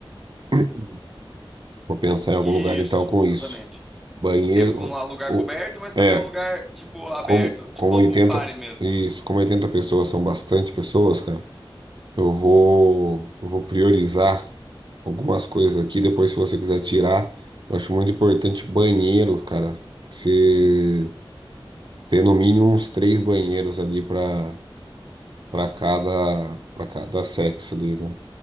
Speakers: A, on the right; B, in the centre.
A: <clears throat> Vou pensar em algum
B: Isso,
A: lugar então com isso.
B: exatamente.
A: Banheiro,
B: Tem como um lugar
A: o,
B: coberto, mas também
A: é,
B: um lugar, tipo, aberto.
A: como,
B: Tipo
A: como
B: uma
A: oitenta
B: pool party mesmo.
A: isso, como 80 pessoas são bastante pessoas, cara, eu vou, eu vou priorizar algumas coisas aqui. Depois, se você quiser tirar, eu acho muito importante banheiro, cara. Você ter no mínimo uns três banheiros ali para para cada, para cada sexo ali, né?